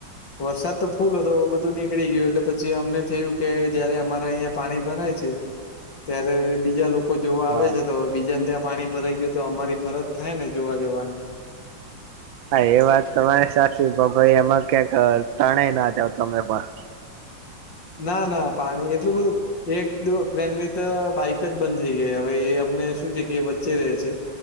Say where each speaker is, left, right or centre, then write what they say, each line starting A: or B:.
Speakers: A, on the left (about 70°); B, on the right (about 80°).
A: વરસાદ તો ફૂલ હતો. બધું નીકળી ગયું એટલે પછી અમને થયું કે જયારે અમારા અહિયાં પાણી ભરાય છે. ત્યારે બીજા લોકો જોવા
B: હા.
A: આવે છે તો બીજાને ત્યાં પાણી ભરાઈ ગયું તો અમારી ફરજ થાય ને જોવા જવાની.
B: હા એ વાત તમારી સાચી પણ ભાઈ એમાં ક્યાંક તણાઈ ના જાવ તમે પણ.
A: ના ના પાણી એટલું બધું એક દ ફ્રેન્ડની તો બાઈક જ બંધ થઈ ગઈ હવે એ અમને શું છે કે વચ્ચે રહે છે.